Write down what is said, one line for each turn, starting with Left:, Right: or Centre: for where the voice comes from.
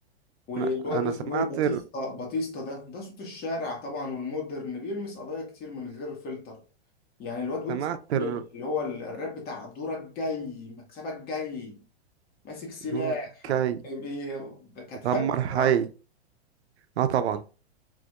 Left: والواد
Right: انا أنا
Left: اسمه
Right: سمعت
Left: ايه باتيستا
Right: ال-
Left: باتيستا ده ده صوت الشارع طبعا والمودرن بيلمس قضايا كتير من غير فلتر يعني الواد ويجز
Right: سمعت
Left: عامل
Right: ال-
Left: اللي هو الراب بتاع دورك جاي مكسبك جاي ماسك سلاح
Right: دورك جاي
Left: بي- كانت
Right: ادمر
Left: حلوة بصراحة
Right: حي اه طبعا